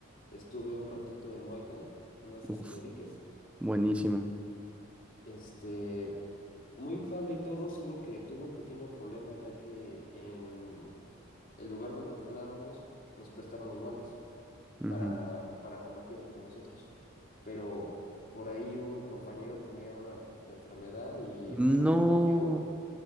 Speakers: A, on the left; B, in the centre.
A: estuve un ratito en Muay Thai. No sé
B: Uf,
A: si lo ubiques.
B: buenísimo.
A: Este, muy padre y todo, solo que tuve un pequeño problema ya que en el lugar donde entrenábamos nos prestaban los guantes
B: Ujú.
A: para, para combatir entre nosotros. Pero por ahí un compañero tenía una enfermedad y me
B: No.
A: la contagió.